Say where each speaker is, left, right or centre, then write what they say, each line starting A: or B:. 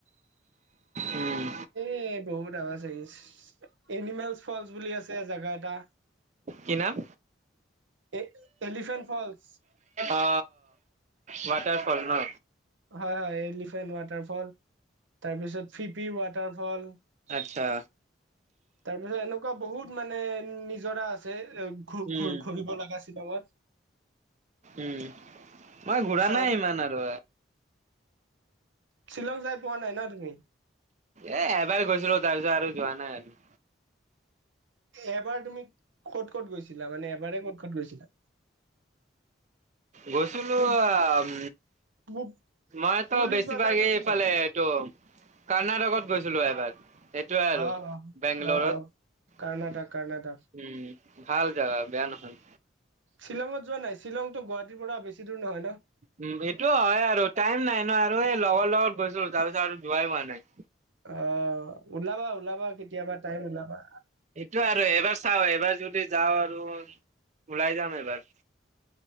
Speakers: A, on the right; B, on the right.
A: উম,
B: এ বহুত আভা চি এনিমেল ফলচ বুলি আছে জাগা এটা
A: কি নাম?
B: এ এলিফেন্ট ফলচ
A: আ ৱাটাৰ ফল হ
B: হয় হয় এলিফেণ্ট ৱাটাৰফল, তাৰপিছত ফিপি ৱাটাৰফল
A: আচ্ছা
B: তাৰপিছত এনেকুৱা বহুত মানে নিজৰা আছে। এ ঘু
A: উম,
B: ঘু ঘূৰিব লগা শিলঙত।
A: উম মই ঘূৰা
B: চাবি
A: নাই ইমান আৰু।
B: শ্বিলং যাই পোৱা নাই ন তুমি
A: এ' এবাৰ গৈছিলো তাৰ পিছত আৰু যোৱা নাই আৰু।
B: এবাৰ তুমি ক'ত ক'ত গৈছিলা মানে এবাৰ ক'ত ক'ত গৈছিলা
A: গৈছিলো
B: পু
A: আ উম
B: পু
A: মইতো
B: পুলিচ
A: বেছিভাগ
B: বাজাৰ গৈছিলা
A: এই এইফালে এইটো কৰ্ণাটকত গৈছিলো এবাৰ- সেইটোৱে
B: অ
A: আৰু
B: অ অ
A: বেংগলৰত
B: কৰ্ণাটক কৰ্ণাটক
A: উ। ভাল জাগা বেয়া নহয়।
B: শ্বিলঙত যোৱা নাই শ্বিলংতো গুৱাহাটীৰ পৰা বেছি দূৰ নহয় ন
A: উ এইটো হয় আৰু টাইম নাই ন আৰু এই লগৰ লগত গৈছো তাৰ পিছত আৰু যোৱাই হোৱা নাই।
B: অ ওলাবা ওলাবা কেতিয়াবা টাইম ওলাবা।
A: এইটোয়ে এবাৰ চাও এবাৰ যদি যাওঁ আৰু ওলাই যাম এবাৰ